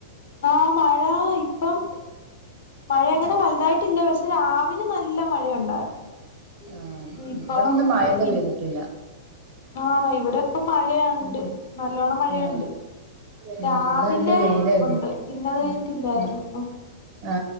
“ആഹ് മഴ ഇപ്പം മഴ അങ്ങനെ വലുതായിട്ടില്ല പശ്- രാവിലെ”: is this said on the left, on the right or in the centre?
Left